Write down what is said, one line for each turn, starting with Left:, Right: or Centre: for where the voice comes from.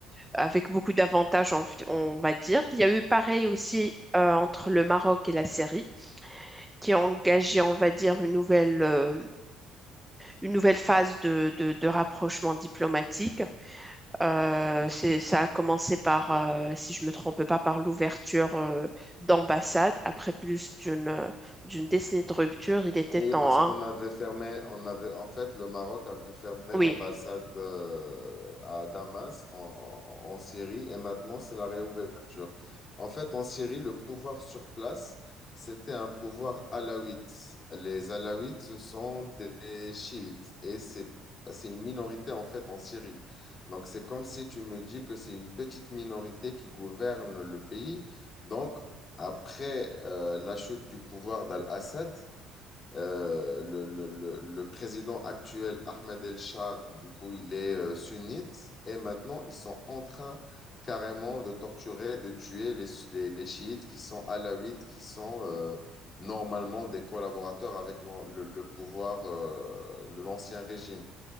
Centre: avec beaucoup d'avantages, on, on va dire. Il y a eu pareil aussi euh, entre le Maroc et la Syrie. qui a engagé, on va dire, une nouvelle, euh, une nouvelle phase de, de, de rapprochement diplomatique. Euh, c'est, ça a commencé par, euh, si je me trompe pas, par l'ouverture euh, d'ambassades. Après plus d'une, d'une décennie de rupture, il était
Left: Oui,
Centre: temps,
Left: parce qu'on
Centre: hein.
Left: avait fermé, on avait, en fait, le Maroc avait fermé
Centre: Oui,
Left: l'ambassade euh, à Damas, en, en- en Syrie, et maintenant c'est la réouverture. En fait, en Syrie, le pouvoir sur place, c'était un pouvoir alawite. Les alawites, ce sont des chiites, et c'est, c'est une minorité, en fait, en Syrie. Donc, c'est comme si tu me dis que c'est une petite minorité qui gouverne le pays. Donc, après euh, la chute du pouvoir d'Al-Assad, euh, le, le- le- le président actuel, Ahmed El-Shar, du coup, il est euh, sunnite. Et maintenant, ils sont en train carrément de torturer, de tuer les, les- les chiites qui sont alaouites, qui sont euh, normalement des collaborateurs avec l'an- le, le pouvoir, euh, le- l'ancien régime.